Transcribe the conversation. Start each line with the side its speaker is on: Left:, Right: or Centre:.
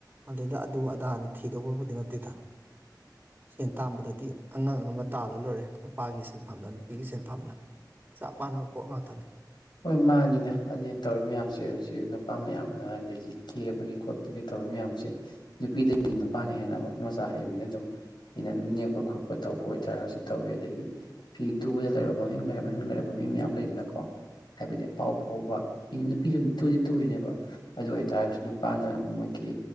Right: ꯑꯗꯨꯗꯩ ꯑꯗꯨ ꯑꯗꯥꯅ ꯊꯤꯗꯧꯕꯕꯨꯗꯤ ꯅꯠꯇꯦꯗ
Left: <unintelligible>
Right: ꯁꯦꯟ ꯇꯥꯥꯟꯕꯗꯗꯤ ꯑꯉꯥꯡ ꯑꯃ ꯇꯥꯜꯂ ꯂꯣꯏꯔꯦ ꯅꯨꯄꯥꯒꯤ ꯁꯤꯟꯐꯝꯅ ꯅꯨꯄꯤꯒꯤ ꯁꯤꯟꯐꯝꯅ ꯆꯞ ꯃꯥꯟꯅꯕ ꯄꯣꯠ ꯉꯥꯛꯇꯅꯤ
Left: ꯍꯣꯏ ꯃꯥꯅꯤꯅꯦ ꯑꯗꯨꯅꯤ ꯇꯧꯔꯤ ꯃꯌꯥꯝꯁꯦ ꯍꯧꯖꯤꯛ ꯅꯨꯄꯥ ꯃꯌꯥꯝꯅ ꯑꯗꯒꯤ ꯀꯦꯕꯒꯤ ꯈꯣꯠꯄꯒꯤ ꯇꯧꯔꯤꯕ ꯃꯌꯥꯝꯁꯦ ꯅꯨꯄꯤꯗꯒꯤ ꯅꯨꯄꯥꯅ ꯍꯦꯟꯅꯅ ꯃꯈꯨꯠ ꯃꯆꯥ ꯍꯩꯕꯅꯦꯅ ꯑꯗꯨꯝ ꯃꯤꯅ ꯑꯗꯨꯝ ꯅꯦꯛꯄ ꯈꯣꯠꯄ ꯇꯧꯕ ꯑꯣꯏꯇꯥꯔꯒꯁꯨ ꯇꯧꯋꯦ ꯑꯗꯒꯤ ꯐꯤ ꯇꯨꯕꯗ ꯂꯩꯔꯕ ꯃꯃꯤꯡ ꯂꯩꯔꯕ ꯃꯃꯤꯡ ꯂꯩꯔꯕ ꯃꯤ ꯃꯌꯥꯝ ꯂꯩꯗꯅꯀꯣ ꯍꯥꯏꯕꯗꯤ ꯄꯥꯎ ꯐꯥꯎꯕ ꯅꯨꯄꯤ ꯅꯨꯄꯤꯁꯨ ꯇꯨꯝ ꯇꯨꯗꯤ ꯇꯨꯔꯤꯅꯦꯕ ꯑꯗꯨ ꯑꯣꯏꯇꯥꯔꯒꯁꯨ ꯅꯨꯄꯥꯅ ꯃꯣꯏꯒꯤ